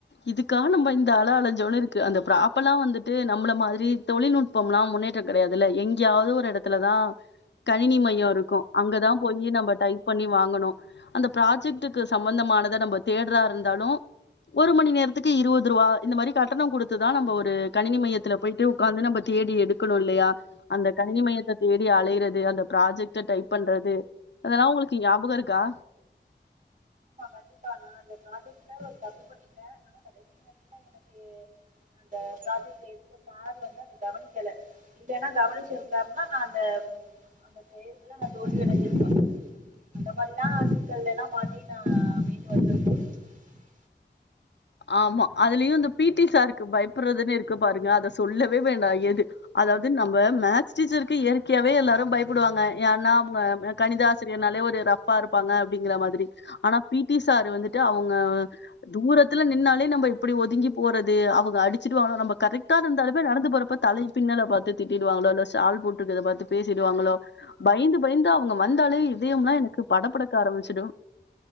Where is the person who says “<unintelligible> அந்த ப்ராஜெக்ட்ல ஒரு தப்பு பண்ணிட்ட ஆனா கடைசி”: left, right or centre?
Right